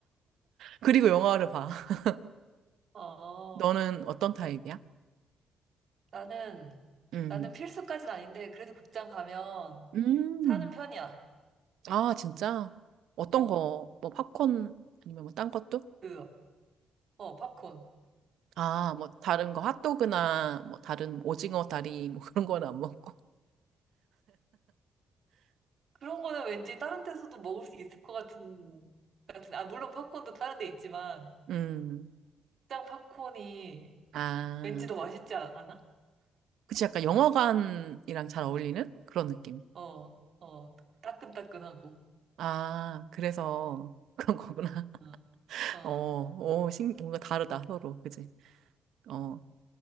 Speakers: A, on the right (about 75°); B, on the right (about 55°).
A: 그리고 영화를 봐. <laughs>
B: 어.
A: 너는 어떤 타입이야?
B: 나는,
A: 음.
B: 나는 필수까진 아닌데, 그래도 극장 가면
A: 음.
B: 사는 편이야.
A: 아, 진짜? 어떤
B: 어,
A: 거, 뭐 팝콘 아니면 뭐 딴 것도?
B: 그, 어, 팝콘.
A: 아, 뭐 다른 거 핫도그나 뭐 다른 오징어 다리 뭐 그런 건 안 먹고.
B: 그런 거는 왠지 다른 데서도 먹을 수 있을 것 같은, 같은, 아, 물론 팝콘도 다른 데 있지만,
A: 음.
B: 극장 팝콘이
A: 아.
B: 왠지 더 맛있지 않- 않아?
A: 그치 약간 영화관이랑 잘 어울리는 그런 느낌.
B: 어, 어, 따끈따끈하고.
A: 아, 그래서 그런 거구나.
B: 어,
A: <laughs>
B: 어, 어,
A: 어, 어, 신, 뭔가 다르다 서로. 그치? 어.